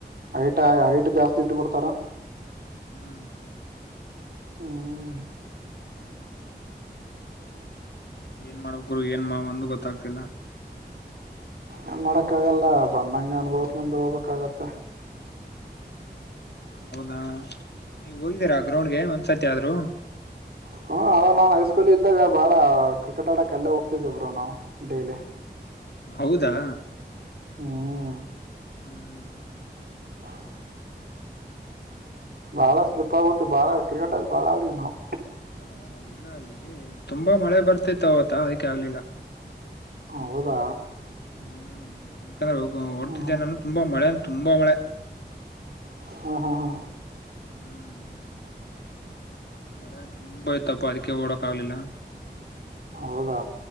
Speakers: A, on the right; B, on the left.
A: ಹೈಟ್ ಹೈಟ್ ಹೈಟ್ ಜಾಸ್ತಿ ಇಟ್ಟಬಿಡ್ತಾರ
B: ಹ್ಮ್
A: ಹ್ಮ್
B: ಏನ್ ಮಾಡಬೇಕು ಗುರು ಏನ್ ಒಂದು ಗೊತ್ತಾಗ್ತಿಲ್ಲ
A: ಏನ್ ಮಾಡಕ್ಕ ಆಗಲ್ಲ ಬಂದಂಗ ಅನುಭವದ ಮುಂದ ಹೋಗಬೇಕಾಗುತ್ತೆ
B: ಹೌದಾ ನೀವ ಹೋಗಿದ್ದೀರಾ ಗ್ರೌಂಡ್ಗೆ ಒಂದ್ಸತಿ ಆದ್ರು
A: ಹ್ಮ ಅವ ನಾನ್ ಹೈಸ್ಕೂಲ್ ಇದ್ದಾಗ ಬಾಳ ಕ್ರಿಕೆಟ್ ಆಡಕ್ ಅಲ್ಲೇ ಹೋಗ್ತಿದ್ದೇ ಬ್ರೋ ನಾವು ಡೈಲಿ
B: ಹೌದಾ
A: ಹ್ಮ್
B: ಹ್ಮ್ ಹ್ಮ
A: ಹಾ ಬಾಳ
B: ಹ್ಮ್
A: ಸ್ಲಿಪ್ ಆಗುತ್ತ ಬಾಳ ಕ್ರಿಕೆಟ್ ಅಲ್ಲಿ ಬಾಳ ಆಡೀವಿ ನಾವು
B: ಹೌದ ಇಲ್ಲ ಅಲ್ಲಿ ತುಂಬಾ ಮಳೆ ಬರ್ತಿತ್ತು ಆವ್ತು ಅದಕ್ಕೆ ಆಗ್ಲಿಲ್ಲ
A: ಹ ಹೌದಾ
B: ಹ್ಮ್ ಅಕಂದ್ರೆ ಓಡ್ತಿದೆ
A: ಹ್ಮ್
B: ನಾನು ತುಂಬಾ ಮಳೆ ತುಂಬಾ ಮಳೆ
A: ಹಾ ಹಾ ಹಾ
B: ಹ್ಮ್ ಮಳೆ ತುಂಬ ಆಯ್ತಪ್ಪ ಅದಕ್ಕೆ ಓಡಕ್ ಆಗ್ಲಿಲ್ಲ
A: ಹೌದಾ